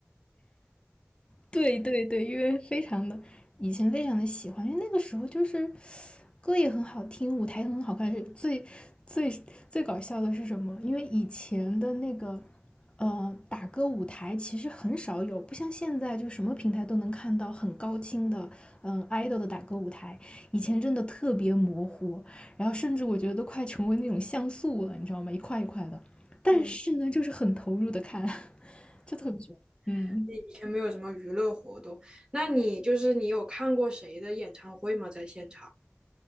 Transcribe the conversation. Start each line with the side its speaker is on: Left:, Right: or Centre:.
Left: 对对对，因为非常的以前非常的喜欢，因为那个时候就是歌也很好听，舞台也很好看。是最最最搞笑的是什么？因为以前的那个呃打歌舞台其实很少有，不像现在就什么平台都能看到很高清的嗯、呃 idol 的打歌舞台，以前真的特别模糊，然后甚至我觉得都快成为那种像素了，你知道吗？一块一块的，但是呢，
Right: 嗯，
Left: 就是很投入的看，<laughs> 就特别喜欢，嗯。
Right: <laughs> 你以前没有什么娱乐活动，那你就是你有看过谁的演唱会吗？在现场？